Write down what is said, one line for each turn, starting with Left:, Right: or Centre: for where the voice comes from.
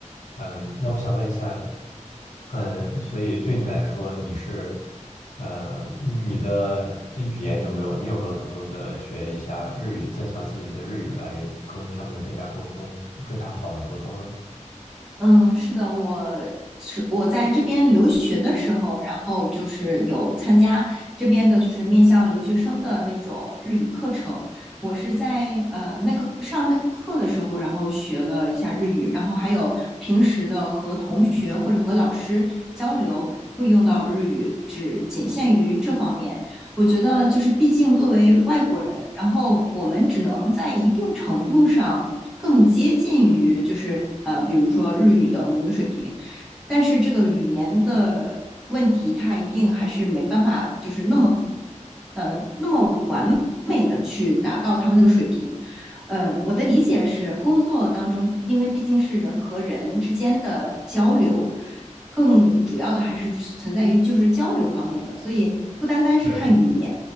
Left: 嗯，那我想问一下，嗯，所以对你来说，你是，呃，你的呃语言有没有，你有没有偷偷的学一下日语，增强自己的日语，来跟他们更加沟通，更加好的沟通呢？
Centre: 嗯，是的，我是我在这边留学的时候，然后就是有参加这边的，就是面向留学生的那种日语课程。我是在呃那个上那个课的时候，然后学了一下日语，然后还有平时的和同学或者和老师交流会用到日语，只仅限于这方面。我觉得就是，毕竟作为外国人，然后我们只能在一定程度上更接近于，就是呃，比如说日语的母语水平，但是这个语言的问题，它一定还是没办法，就是那么呃那么完美的去达到他们那个水平。嗯，我的理解是，工作当中，因为毕竟是人和人之间的交流，更主要的还是存在于就是交流方面的，所以不单单是看语言。
Left: 对。